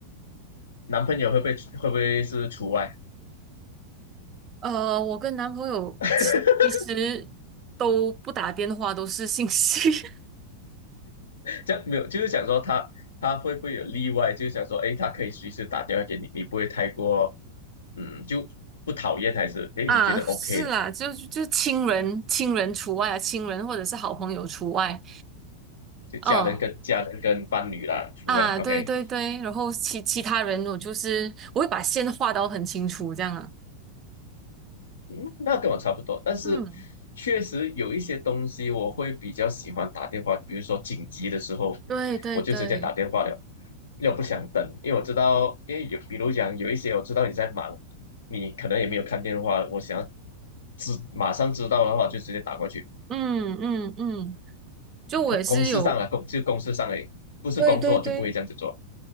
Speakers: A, on the left; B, on the right.
A: 男朋友会不会会不会是除外？
B: 呃，我跟男朋友其其实都不打电话，
A: <laughs>
B: 都是信息。<laughs>
A: 这样没有，就是想说他他会不会有例外？就是想说，诶，他可以随时打电话给你，你不会太过，嗯，就不讨厌还是哎诶，
B: 啊，
A: 你觉得
B: 是啦，
A: OK 的？
B: 就就亲人亲人除外啊，亲人或者是好朋友除外。
A: 就家人跟家人跟伴侣啦除外，OK。
B: 哦啊，对对对，然后其其他人我就是我会把线画到很清楚这样啊。
A: 嗯，那跟我差不多，但是
B: 嗯，
A: 确实有一些东西我会比较喜欢打电话，比如说紧急的时候，
B: 对对对，
A: 我就直接打电话了，又不想等，因为我知道，因为有，比如讲有一些我知道你在忙，你可能也没有看电话，我想要知马上知道的话，就直接打过去。
B: 嗯嗯嗯，就我也是有，
A: 他公事上了，公就公事上而已不是工作就不会这样子做。
B: 对对对。